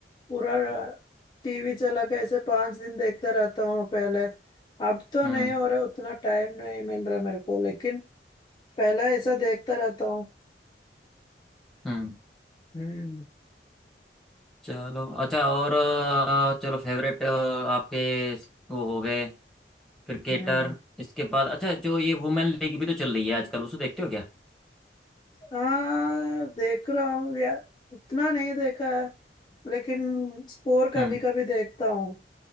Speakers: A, on the left (about 25°); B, in the centre.
A: पूरा टीवी चला के ऐसे पांच दिन देखता रहता हूँ पहले अब तो
B: हम्म
A: नहीं हो रहा उतना टाइम नहीं मिल रहा मेरे को लेकिन पहले ऐसा देखता रहता हूँ
B: हम्म
A: हम्म
B: चलो अच्छा और अ, चलो फेवरेट आपके वो हो गए क्रिकेटर
A: हम्म
B: इसके बाद अच्छा जो ये वुमेन लीग भी तो चल रही है आजकल उसे देखते हो क्या
A: हाँ देख रहा हूँ यार उतना नहीं देखा है लेकिन स्कोर कभी
B: हम्म
A: कभी देखता हूँ